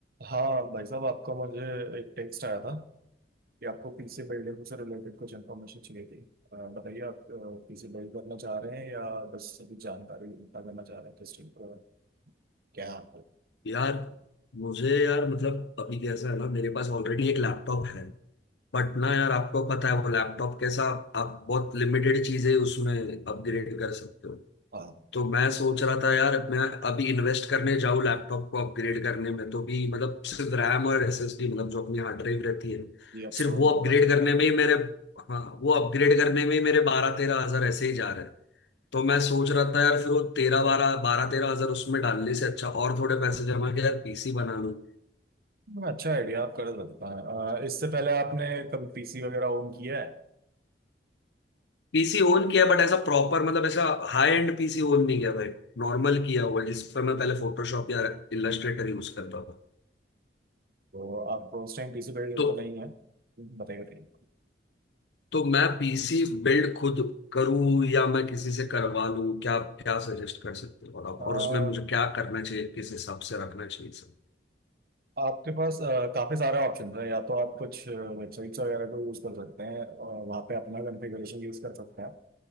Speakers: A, on the right (about 55°); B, on the left (about 80°).
A: हाँ भाई साहब आपका मुझे एक टेक्स्ट आया था कि आपको पीसी बिल्डिंग से रिलेटेड कुछ इन्फॉर्मेशन चाहिए थी अ, बताइए आप पीसी बिल्ड करना चाह रहे हैं या बस अभी जानकारी इकट्ठा करना चाह रहे हैं टेस्टिंग पर क्या है आपका?
B: यार मुझे यार मतलब अभी कैसा है ना मेरे पास ऑलरेडी एक लैपटॉप है बट ना यार आपको पता है वो लैपटॉप कैसा आप बहुत लिमिटेड चीजें उसमें अपग्रेड कर सकते हो
A: हाँ
B: तो मैं सोच रहा था यार मैं अभी इन्वेस्ट करने जाऊँ लैपटॉप को अपग्रेड करने में तो भी मतलब सिर्फ रैम और एसएसडी मतलब जो अपनी हार्ड ड्राइव रहती है
A: ये आप
B: सिर्फ
A: स्टोरेज
B: वो अपग्रेड
A: बड़ा सा
B: करने में ही मेरे हाँ वो अपग्रेड करने में ही मेरे बारह तेरह हजार ऐसे ही जा रहे हैं तो मैं सोच रहा था यार फिर वो तेरह बारह बारह तेरह हजार उसमें डालने से अच्छा और थोड़े पैसे जमा के यार पीसी बना लूं
A: अच्छा आइडिया आप कर सकते हैं अ, इससे पहले आपने कभी पीसी वगैरह ओन किया है
B: पीसी ओन किया बट ऐसा प्रॉपर मतलब ऐसा हाई एंड पीसी ओन नहीं किया भाई नॉर्मल किया हुआ जिस पर मैं पहले फोटोशॉप या इलस्ट्रेटर यूज करता था
A: तो आप उस टाइम पीसी बिल्डर
B: तो
A: तो नहीं है बताइए
B: तो मैं पीसी बिल्ड खुद करूं या मैं किसी से करवा लूं क्या क्या सजेस्ट कर सकते हो आप
A: बताइए
B: और उसमें मुझे क्या करना चाहिए किस हिसाब से रखना चाहिए सर
A: आपके पास अ, काफी सारे ऑप्शन है या तो आप कुछ वेबसाइट्स वगैरह को यूज कर सकते हैं और वहाँ पे अपना कॉन्फ़िगरेशन यूज कर सकते हैं